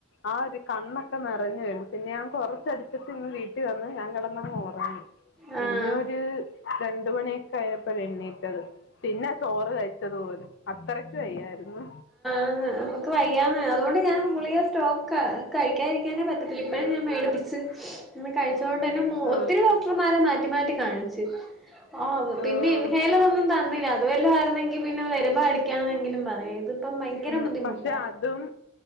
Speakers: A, on the left; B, in the centre.
A: ആ ഒരു കണ്ണൊക്കെ നിറഞ്ഞ് വരും പിന്നെ ഞാൻ കൊറച്ച് അടിച്ചട്ട് ഇങ്ങ് വീട്ടി വന്ന് ഞാൻ കെടന്നങ്ങൊർ റങ്ങി
B: ആഹ് ആഹ്
A: പിന്നെ ഒരു രണ്ടുമണിയൊക്കെ കഴിഞ്ഞപ്പൊഴെഴുനേ റ്റത് പിന്നാ ചോറ് കഴിച്ചത് പോലും അത്രക്ക് വയ്യായിരുന്നു
B: ആതെ നമുക്ക് വയ്യാന്നേ അതുകൊണ്ട് ഞാൻ ഗുളിക സ്റ്റോക്കാ കഴിക്കാതി രിക്കാനും പറ്റത്തില്ല ഇപ്പഴും
A: ഉം
B: ഞാൻ മേടിപ്പിച്ച് പിന്നെ കഴിച്ചോ അതുകൊണ്ട് തന്നെ മു ഒത്തിരി
A: ഉം
B: ഡോക്ടർമാരെ മാറ്റി മാറ്റി കാണിച്ചു ഓഹ് പിന്നെ
A: ഉം
B: ഇൻഹേയിലർ ഒന്നും തന്നില്ല അത് വെല്ലോ ആയിരുന്നെങ്കി പിന്നെ വരുമ്പോ അടിക്കാന്നെങ്കിലും പറയാം ഇതിപ്പം ഭയ ങ്കരബുദ്ധിമുട്ടാ
A: ഉം പക്ഷെ അതും